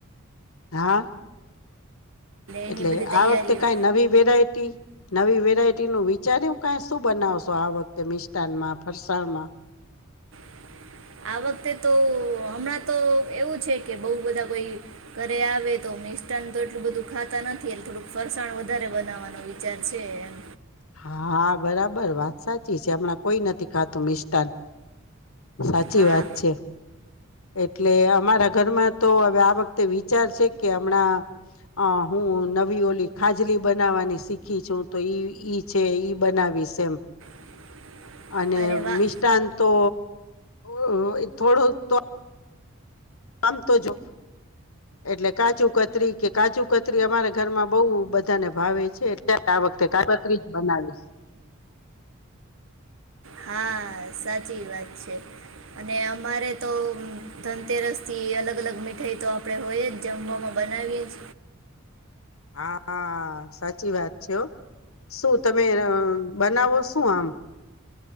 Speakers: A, on the left; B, on the right.
A: હા
B: એની
A: એટલે
B: બધી તૈયારીઓ
A: આ વખતે કાંઈ નવી વેરાયટી નવી વેરાયટીનું વિચાર્યું કાંઈ શું બનાવશો આ વખતે મિષ્ટાનમાં, ફરસાણમાં
B: <inaudible> આ વખતે તો હમણાં તો એવું છે કે બહુ બધા કોઈ ઘરે આવે તો મિષ્ટાન તો એટલું બધું ખાતા નથી એટલે થોડુંક ફરસાણ વધારે બનાવવાનો વિચાર છે એમ
A: હા બરાબર વાત સાચી છે. હમણાં કોઈ નથી ખાતું મિષ્ટાન સાચી
B: હા
A: વાત છે. એટલે અમારા ઘરમાં તો હવે આ વખતે વિચાર છે કે હમણાં અ હું નવી ઓલી ખાજલી બનાવાની શીખી છું તો ઈ ઈ છે ઈ બનાવી વીશ એમ
B: <inaudible>
A: અને
B: વાહ
A: મિષ્ટાન તો ઓ થોડુંક તો આમ તો જો એટલે કાજુ કતરી કે કાજુ કતરી અમારા ઘરમાં બઉ બધાને ભાવે છે એટલે આ આ વખતે કાકત્રી જ બનાવીશ.
B: હા સાચી વાત છે. અને અમારે તો ધનતેરસથી અલગ અલગ મીઠાઈ તો આપડે હોય જ જમવામાં બનાવીએ જ
A: હા આ હા સાચી વાત છે હો. શું તમે બનાવો શું આમ?